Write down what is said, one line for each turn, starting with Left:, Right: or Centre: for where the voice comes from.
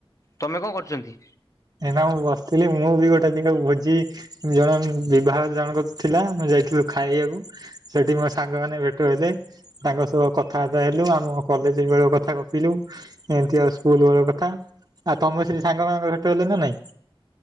Left: ତମେ କଣ କରୁଚନ୍ତି?
Right: ଏଇନା ମୁଁ ବସିଥିଲି ମୁଁ ବି ଗୋଟେ ଦିନ ଭୋଜି ଜଣେ ବିବାହ ଜଣକ ଥିଲା ମୁଁ ଯାଇଥିଲୁ ଖାଇବାକୁ ସେଠି ମୋ ସାଙ୍ଗମାନୋନେ ଭେଟ ହେଲେ ତାଙ୍କ ସବୁ କଥାବାର୍ତା ହେଲୁ ଆମ କଲେଜ ବେଳ କଥା ଗପିଲୁ ଏମତି ଆଉ ସ୍କୁଲ ବେଳର କଥା ଆଉ ତମେ ସେ ସାଙ୍ଗମାନଙ୍କ ଥିଲେ ନା ନାଇଁ?